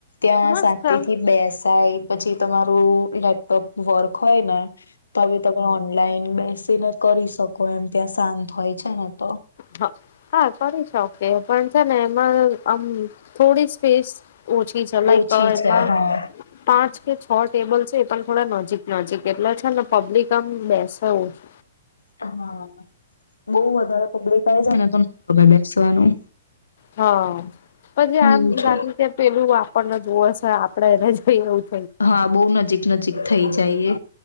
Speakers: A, on the left (about 80°); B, on the left (about 60°).
A: ત્યાં
B: મસ્ત
A: શાંતિ
B: હા
A: થી બેસાય પછી તમારું લેપટોપ વર્ક હોય ને તમે તમાર ઓનલાઈન બેસ ને કરી શકો એમ ત્યાં શાંત હોય છે ને તો.
B: હ હા, કરી શકે પણ છે ને એમાં આમ થોડી સ્પેસ ઓછી છે લાઈક
A: ઓછી
B: એમાં
A: છે હા
B: પાંચ કે છ ટેબલ છે એ પણ થોડા નજીક નજીક. એટલે છે ને પબ્લિક આમ બેસાવું છે
A: હા, બહ વધારે પબ્લિક આવી જાય ને તો તમાર બેસવાનું
B: હા, પછી આમ
A: એવું છે.
B: લાગે ત્યા પેલું આપપણ નથી <unintelligible> આપડે એને જ <unintelligible>
A: હા, બહુ નજીક નજીક થઈ જાયએ.